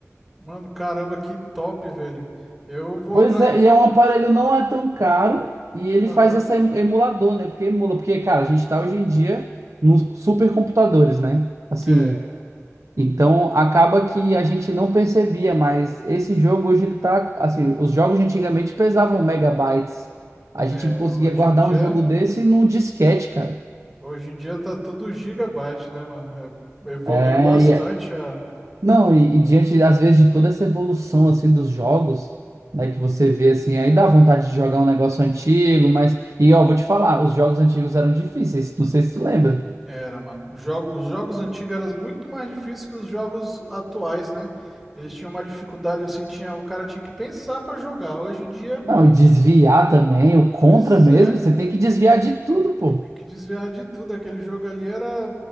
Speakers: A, in the centre; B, on the right.
A: Mano, caramba, que top, velho. Eu vou
B: Pois
A: atrás
B: é,
A: de um.
B: e é um aparelho não é tão caro e ele
A: Aham.
B: faz essa em- emulador, né? Porque emula, porque, cara, a gente tá hoje em dia nos supercomputadores, né? Assim,
A: É,
B: Então acaba que a gente não percebia, mas esse jogo hoje ele tá assim, os jogos de antigamente pesavam megabytes. A gente
A: é.
B: conseguia
A: Hoje
B: guardar
A: em dia.
B: um jogo desse num disquete, cara.
A: Hoje em dia tá tudo gigabyte, né, mano? É, evoluiu
B: É,
A: bastante
B: e é-
A: a
B: não, e, e diante às vezes de toda essa evolução assim dos jogos, né, que você vê assim, aí dá vontade de jogar um negócio antigo, mas e ó, vou te falar, os jogos antigos eram difíceis, não sei se tu lembra.
A: Era, mano. Os jogo- os jogos antigos eram muito mais difíceis que os jogos atuais, né? Eles tinham uma dificuldade assim, tinha, o cara tinha que pensar pra jogar. Hoje em dia,
B: Não, e desviar também, o
A: pois
B: contra mesmo,
A: é,
B: você tem que desviar de tudo, pô.
A: tem que desviar de tudo. Aquele jogo ali era